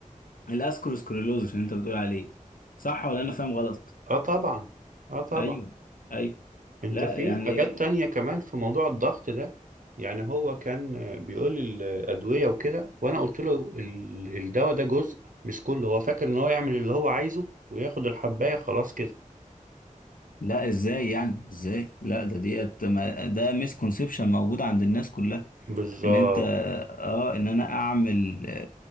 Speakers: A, on the left; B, on the right.
A: الاسكروسكليروز اللي انت بتقول عليه صح ولا انا فاهم غلط
B: اه طبعا اه طبعا
A: ايوه ايوه
B: انت
A: لا
B: في
A: يعني
B: حاجات تانية كمان في موضوع الضغط ده يعني هو كان آه، بيقول لي الأدوية وكده وانا قلت له ال- الدواء ده جزء مش كله هو فاكر ان هو يعمل اللي هو عايزه وياخد الحباية خلاص كده
A: لا ازاي يعني ازاي لا ده ديت ما- ده مسكونسبشن موجود عند الناس كلها
B: بالظبط
A: ان انت اه ان انا اعمل